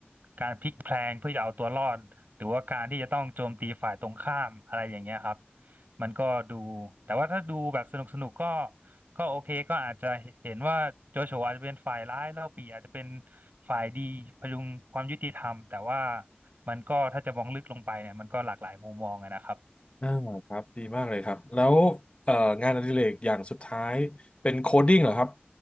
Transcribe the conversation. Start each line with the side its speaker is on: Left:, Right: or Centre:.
Right: การพลิกแพลงเพื่อจะเอาตัวรอดหรือว่าการที่จะต้องโจมตีฝ่ายตรงข้ามอะไรอย่างเงี้ยครับมันก็ดูแต่ว่าถ้าดูแบบสนุกสนุกก็ก็โอเคก็อาจจะเห็นว่าโจโฉอาจจะเป็นฝ่ายร้ายเล่าปี่อาจจะเป็นฝ่ายดีพยุงความยุติธรรมแต่ว่ามันก็ถ้าจะมองลึกลงไปเนี่ยมันก็หลากหลายมุมมองอะนะครับ
Left: อ่าครับดีมากเลยครับ แล้วเอ่องานอดิเรกอย่างสุดท้ายเป็นโคดดิ้งเหรอครับ